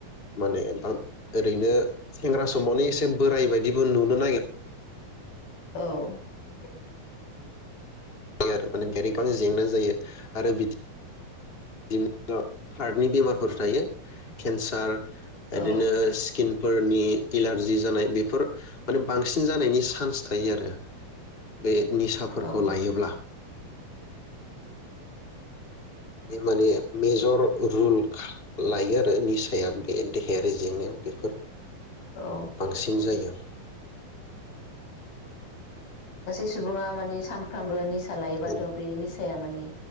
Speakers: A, on the left (about 20°); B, on the left (about 85°).
A: माने ओरैनो सेंग्रा समावनो एसे बोराय बायदिबो नुनो नागिर
B: औ
A: आरो माने <unintelligible> जेंना जायो आरो बिदि <inaudible> हार्टनि बेमारफोर थायो केन्सार
B: औ
A: इदिनो स्किनफोरनि एलारजि जानाय बेफोर माने बांसिन जानायनि सान्स थायो आरो बे निसाफोरखौ
B: औ
A: लायोब्ला। बे माने मेजर रुल लायो आरो निसाया बे देहायारि जेंनायाव बेफोर
B: औ
A: बांसिन जायो।
B: सासे सुबुङा माने सानफ्रामबो निसा लायोबाथ'
A: औ
B: बे निसाया माने